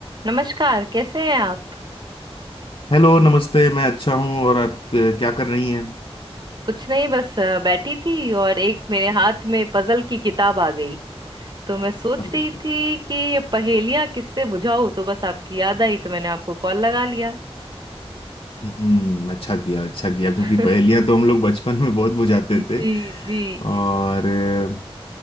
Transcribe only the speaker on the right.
नमस्कार कैसे हैं आप
कुछ नहीं बस अ, बैठी थी और एक मेरे हाथ में पजल की किताब आ गई तो मैं सोच
रही
थी कि ये पहेलियां किससे बुझाऊं तो बस आपकी याद आई तो मैंने आपको कॉल लगा लिया
<laughs>
जी
जी